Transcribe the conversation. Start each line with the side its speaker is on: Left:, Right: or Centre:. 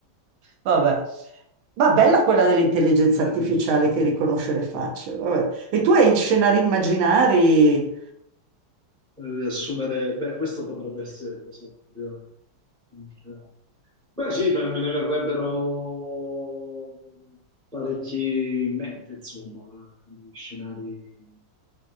Right: Vabbè. Ma bella quella dell'intelligenza
Centre: Bene.
Right: artificiale che riconosce le facce. vabbè. E tu hai scenari immaginari
Centre: riassumere, beh, questo potrebbe essere per esempio un scenario. Beh, sì, beh, me ne verrebbero parecchi in mente, insomma, eh, scenari,